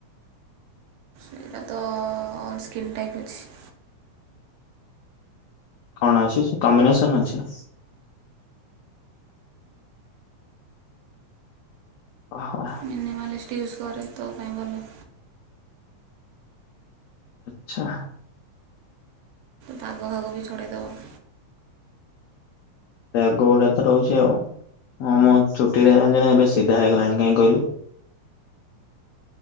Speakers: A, on the right (about 75°); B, on the left (about 85°).
A: ଏଇଟ ତ ଅଲ ସ୍କନ୍ ଟାଇପ ଅଛି <inaudible>
B: କଣ ଅଛି ସେ କମ୍ବିନେସନ ଅଛି? ଓ ହୋ
A: ମିନିମାଲିଷ୍ଟ ୟୁଜ୍ କରେ ତୋ ପାଇଁ ଭଲ <inaudible>
B: ଆଛା।
A: ଦ ଗହହା ଗ ବିି ଡ଼ଦ। <inaudible>
B: ବେଗ ଗୋଡାତ ରହୁଛି ଆଉ? ହଁ ମୁଁ ଚୁଟିରେ? ଏବେ ସିଧା ହେଇଗଲାଣି କାହିଁ କହିଲୁ <inaudible>